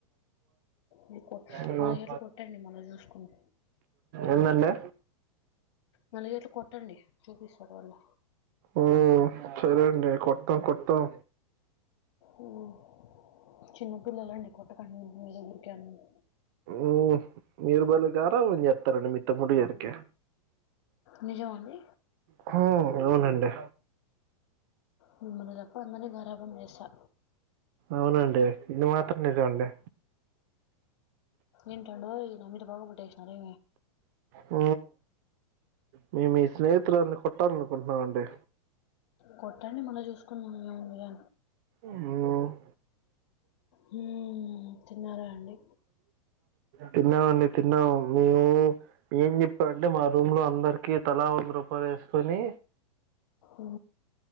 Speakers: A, on the left; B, on the right.
A: ఇది కొ-
B: ఉం
A: నాలుగేళ్ళు కొట్టండి మళ్ళీ చూసుకుని
B: ఎందండి
A: నాలుగిట్ల కొట్టండి చూపిస్తారు వాళ్ళే
B: ఓ సరే అండి కొత్తాం కొత్తాం
A: మ్మ్. చిన్నపిల్లలండి కొట్టకండి నేనేదో ఊరికే అన్నాను
B: ఉమ్ మీరు భలే గారాబం చేస్తారండి మీ తమ్ముడి గారికే
A: నిజమా అండి
B: హ అవునండి
A: మీమ్ము చెప్పంగానే గారభం చేస్తా
B: అవునుండి ఇది మాత్రం నిజం లే
A: ఏంటడో నా మీద పగ పగ పట్టేసినారే
B: హ మే మీ స్నేహితులనీ కొట్టాలనుకుంటున్నామండి
A: కొట్టండి మళ చూసుకుందాం ఉందిగా
B: ఉమ్
A: హ తిన్నారా అండి
B: తిన్నామండి తిన్నాము మేము ఏం చెప్పడుంటే మా రూమ్ లో అందరికి తలా వంద రూపాయలు వేసుకొని
A: ఉ